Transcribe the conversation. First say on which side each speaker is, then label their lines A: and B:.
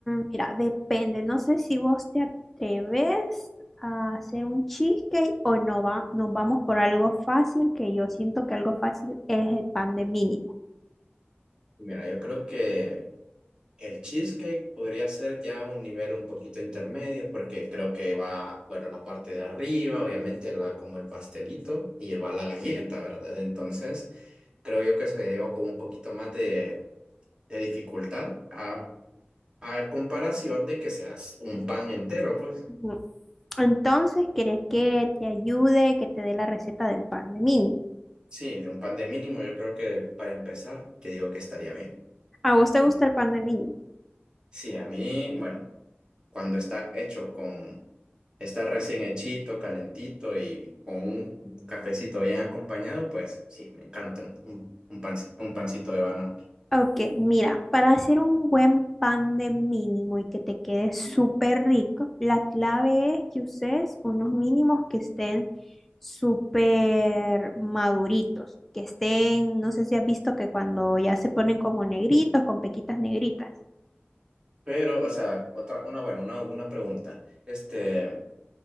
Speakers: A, in the centre; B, on the right.
A: mira, depende. No sé si vos te atreves a hacer un cheesecake o no va, nos vamos por algo fácil, que yo siento que algo fácil es el pan de mínimo.
B: Mira, yo creo que El cheesecake podría ser ya un nivel un poquito intermedio porque creo que va, bueno, la parte de arriba, obviamente, la, como el pastelito y va la galleta, ¿verdad? Entonces, creo yo que se lleva como un poquito más de, de dificultad a, a comparación de que seas un pan entero, pues.
A: Ujú. Entonces, ¿querés que te ayude, que te dé la receta del pan de mínimo?
B: Sí, de un pan de mínimo, yo creo que para empezar, que digo que estaría bien.
A: ¿A vos te gusta el pan de mínimo?
B: Sí, a mí, bueno. cuando está hecho con, está recién hechito, calentito y con un cafecito bien acompañado, pues sí, me encantan un, un, panci- un pancito de banana.
A: Ok, mira, para hacer un buen pan de mínimo y que te quede súper rico, la clave es que uses unos mínimos que estén súper maduritos, que estén, no sé si has visto que cuando ya se ponen como negritos, con pequitas negritas.
B: Pero, o sea, otra, una, bueno, una, una pregunta. Este,